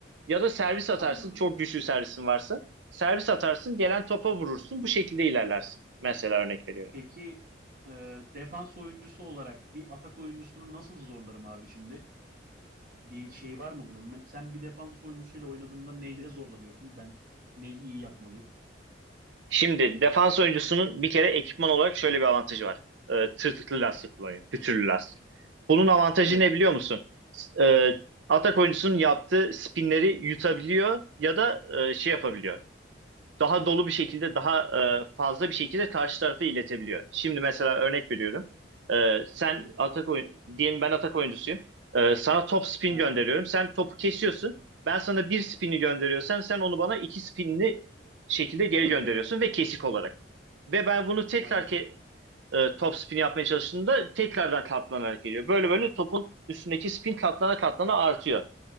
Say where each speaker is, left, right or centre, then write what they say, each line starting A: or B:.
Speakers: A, on the right; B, on the right.
A: Ya da servis atarsın.
B: Anladım.
A: Çok güçlü servisin varsa. Servis atarsın. Gelen topa vurursun. Bu şekilde ilerlersin. Mesela örnek veriyorum.
B: Peki e, defans oyuncusu olarak bir atak oyuncusunu nasıl zorlarım abi şimdi? Bir şey var mı bunun? Me- Sen bir defans oyuncusuyla oynadığında neyle zorlanıyorsun? Ben neyi iyi yapmalıyım?
A: Şimdi defans oyuncusunun bir kere ekipman olarak şöyle bir avantajı var. E, tırtıklı lastik kullanıyor. Pütürlü lastik. Bunun avantajı
B: Evet.
A: ne biliyor musun? S- E, atak oyuncusunun yaptığı spinleri yutabiliyor ya da e, şey yapabiliyor daha dolu bir şekilde, daha e, fazla bir şekilde karşı tarafa iletebiliyor. Şimdi mesela örnek veriyorum. E, sen atak oyun, diyelim ben atak oyuncusuyum. E, sana top spin
B: Aha.
A: gönderiyorum. Sen topu kesiyorsun. Ben sana bir spini gönderiyorsam sen onu bana iki spinli şekilde geri
B: Hadi
A: gönderiyorsun
B: ya.
A: ve kesik olarak. Ve ben bunu tekrar
B: Vay be.
A: ke- e, top spin yapmaya çalıştığımda tekrardan katlanarak geliyor. Böyle böyle topun üstündeki spin katlana katlana artıyor.